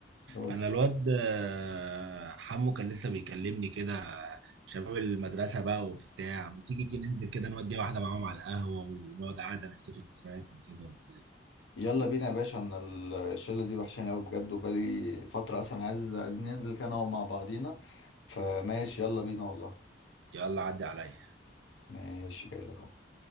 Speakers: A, on the left; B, on the right.
A: قول
B: انا
A: لي
B: الواد آه، حمو كان لسه بيكلمني كده شباب المدرسه بقى وبتاع ما تيجي كده ننزل كده نودي واحده معاهم على القهوه ونقعد قعده نفتكر ذكرياتنا كده وبتاع
A: يلا بينا يا باشا انا ال- الشلة دي وحشاني قوي بجد وبقالي فترة اصلا عايز عايزين ننزل كده نقعد مع بعضينا فماشي يلا بينا والله
B: يلا عدي عليا
A: ماشي جاي لك اهو